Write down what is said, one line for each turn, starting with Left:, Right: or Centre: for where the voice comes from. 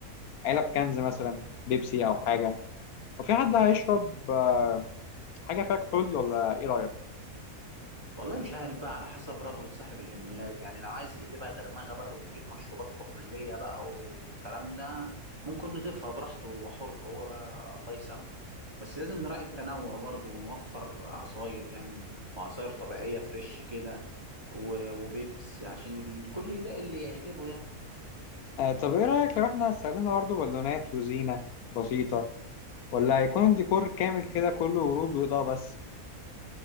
Left: علب كنز مثلا بيبسي او حاجه وفي حد هيشرب آه، حاجة فيها كحول ولا إيه رأيك؟
Right: والله مش عارف بقى على حسب رغبة صاحب العيد ميلاد يعني لو عايز يقلبها درمغة بقى ويجيب مشروبات كحولية بقى والكلام ده ممكن نضيفها براحته هو حر هو بقى الله يسامحه بس لازم نراعي التنوع برضه ونوفر عصاير يعني وعصاير طبيعية فريش كده و- وبيبس عشان الكل يلاقي اللي يعجبه يعني
Left: آه، طب إيه رأيك لو إحنا استخدمنا برضه بالونات وزينة بسيطة ولا هيكون الديكور كامل كده كله ورود وإضاءة بس؟